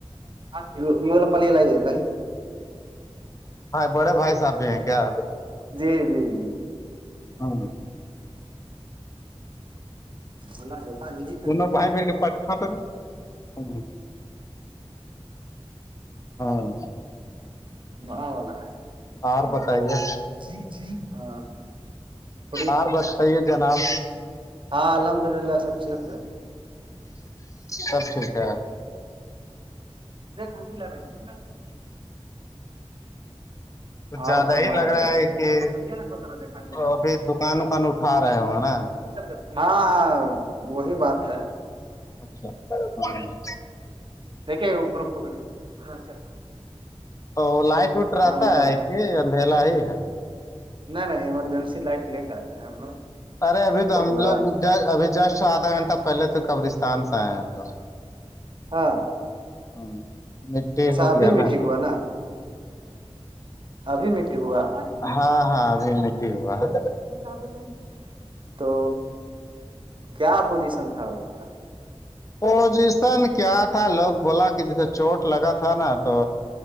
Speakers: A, on the right (about 50°); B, on the left (about 30°).
A: یہلہ پلی ل یہ ل یہ
B: ہ بڑے بھائی صاحب بھی ہیں کیا
A: جی جی جی
B: ہاں
A: بلا ج
B: دونوں بھائی بہن کے پٹ کا ت ر ہاں
A: وہ والا ہے
B: اور
A: ہاں
B: بتائیے
A: ج ج ہاں تھوڑی
B: اور بس صحی ہے جناب
A: ہاں الحمد للہ سب ھیک
B: سب ٹھیک ہے
A: دیکھن ل بیکھ ل
B: کچھ
A: اور
B: زیادہ
A: فرمایا
B: ہی لگ رہا
A: جائے
B: ہے کہ
A: بت نا س
B: ابھی دکان وکان اٹھا رہے ہو نا
A: دا کے ہاں ہاں وہی بات ہے
B: ہاں جی
A: دیکے اوپر پکڑی ہاںا
B: تو لائٹ وٹ رہتا
A: وکان
B: ہے کہ اندھیلا ہی ہے
A: نہیں نہیں ایمرجنسی لائٹ لے کا آے ہم
B: ارے ابھی تو ہم
A: تھوڑا
B: لوگ ج ابھی جسٹ آدھا گھنٹہ پہلے تو قبرستان سے آئے ہیں ہم لوگ
A: ہاں
B: ہوں مٹی
A: اچھا
B: ہو
A: ابھی
B: گیا نا
A: مٹی ہوا ابھی مٹی ہوا
B: ہاں ہاں ابھی مٹ ہوا ہے
A: کیا تو کیا پوزیشن تھا اس کا
B: پوزیشن کیا تھا لوگ بولا کہ جیسے چوٹ لگا تھا نا تو